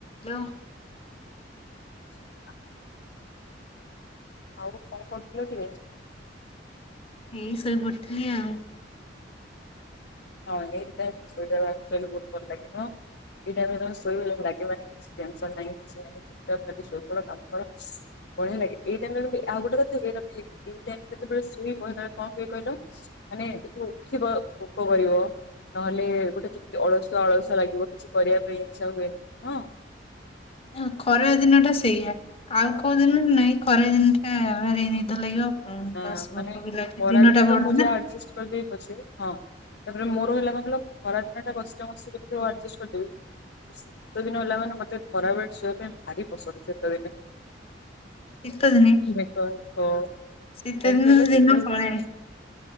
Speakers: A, on the left (about 30°); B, on the left (about 60°).
A: Hello.
B: ଶୁବିଲା ଆଉ କଣ କରୁଥୁଲ କିରେ?
A: ଏଇ ଶୋଇ ପଡିଥିଲି ଆଉ।
B: ହଁ ଏଇ ଟା ଶୋଇବାକୁ ଅକ୍ଚୁଆଲି ବୋହୁତ ଭଲ ଲାଗିବ। ଏଇଟା ଆମେ ଯେତବେଳେ ଶୋଇବା ଲାଗେ ମାନେ କିଛି ଟେନସନ୍ ନାହିଁ କିଛି ନାହିଁ ଚୁପ୍ ଚାପ୍ କରିକି ଶୋଇପଡ କାମ କର। ବଢିଆ ଲାଗେ ଏଇ ଟାଇମରେ ଜେମିତି ଆଉ ଗୋଟେ କଥା ହୁଏ ତମ ଏଇ ଟାଇମ ଯେତେବେଳେ ଶୋଇବ ସେତବେଳେ କଣ ହୁଏ କହିଲ ମାନେ ଦେଖିବ ଉଠିବ ଭୋକ କରିବ। ନହେଲେ ଗୋଟେ କେମିତି ଅଳସୁଆ ଅଳସୁଆ ଲାଗିବ କିଛି କରିବା ପାଇଁ ଇଚ୍ଛା ହୁଏନି ହଁ
A: ହଁ ଖରା ଦିନ ଟା ସେଇଆ, ଆଉ କୋଉ ଦିନରେ ନାହିଁ ଖରା ଦିନ ଟା ଭାରି ନିଦ ଲାଗିବ। ପ୍ଲସ୍
B: ନା
A: ଭୋକ
B: ମାନେ
A: ବି ଲାଗେ
B: ଖରାଦିନେ
A: ଦିନ ଟା ବଡ
B: ତ ମୁଁ
A: ନା।
B: ଯାହା ଆରଜଷ୍ଟ କରିଦେବି ପଛେ ହଁ ତାପରେ ମୋର ହେଲା କଣ କହିଲ ଖରାଦିନଟା କଷ୍ଟେ ମଷ୍ଟେ ଯେମିତି ହଉ ଆରଜଷ୍ଟ କରିଦେବି। ଶୀତ ଦିନ ହେଲା ମାନେ ମତେ ଖରାବେଳେ ଶୋଇବା ପାଇଁ ଭାରି ପସନ୍ଦ ଶୀତ ଦିନେ।
A: ଶୀତ ଦିନେ।
B: <unintelligible>
A: ଶୀତ
B: କାହିଁକି
A: ଦିନେ
B: କହିଲ
A: ତ
B: ଶୀତ
A: ଦିନ ପଳାଏ।